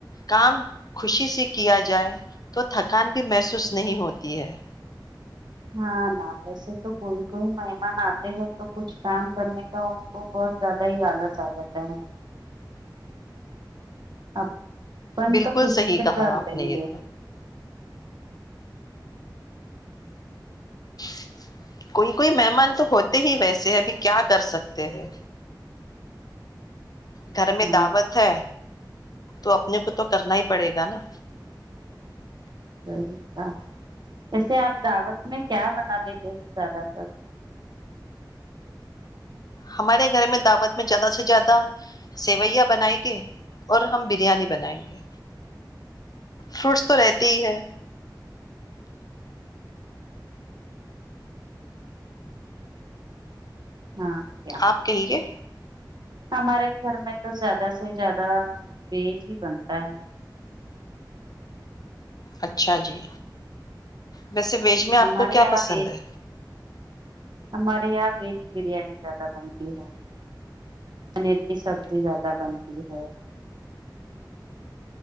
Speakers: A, on the left; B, on the right.
A: کام خوشی سے کیا جائے تو تھکان بھی محسوس نہیں ہوتی ہے
B: ہاں نا ویسے تو کوئی کوئی مہمان آتے ہیں تو کچھ کام کرنے کا تو بہت زیادہ ہے آلاس آجاتا ہے آپ پن
A: بالکل
B: تو خوشی
A: صحیح
B: سے
A: کہا
B: کر
A: آپ
B: لیں
A: نے یہ
B: گے
A: تو <inaudible> کوئی کوئی مہمان تو ہوتے ہی ویسے اسے ابھی کیا کر سکتے ہیں گھر میں
B: ہاں
A: دعوت ہے تو اپنے کو تو کرنا ہی پڑےگا نا
B: صحیح تھا ویسے آپ دعوت میں کیا بنا لیتے ہو زیادہ تر
A: ہمارے گھر میں دعوت میں زیادہ سے زیادہ سیویا بنائ گے اور ہم بریانی بنائیں گے فروٹس تو رہتے ہی ہے
B: ہاں ا کیاا
A: آپ کہیے
B: ہمارے گھر میں تو زیادہ سے زیادہ بیج ہی بنتا ہے
A: اچھا جی ویسے ویج میں آپ
B: ہمارے
A: کو کیا
B: یہاں
A: پسند
B: ویج
A: ہے
B: ہمارے یہاں ویز بریانی زیادہ بنتی ہے پنیر کی سبزی زیادہ بنتی ہے